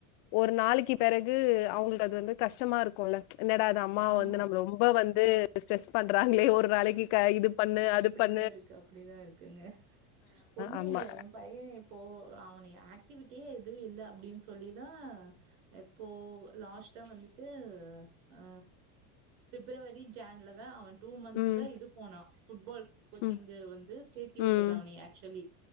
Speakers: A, on the left; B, on the right.
A: ஒரு நாளைக்கி பெறகு அவங்ளுக்கு அது வந்து கஷ்டமா இருக்குல்ல என்னடா இது அம்மாவ
B: ஆமா
A: வந்து நம்ள ரொம்ப வந்து ஸ்ட்ரெஸ் பண்றாங்ளே ஒரு நாளைக்கு க இது பண்ணு அது பண்
B: தா இருக்கு அப்டிதா இருக்குங்க ஒன்னு
A: ஆமா
B: இல்ல எம் பைய இப்போ அவனைய ஆக்டிவிட்டியே எதுவு இல்ல அப்டின் சொல்லிதா எப்போ லாஸ்ட் க்டா வந்துட்டு ஆ ஃபிப்ரவரி ஜான்ல தா அவ டூ மன்த்ஸ்
A: ம்
B: தா இது போனா ஃபுட்பால் கோச்சிங்கு
A: ம்
B: வந்து சேத்தி வுட்டது
A: ம்
B: அவனய ஆக்சுவலி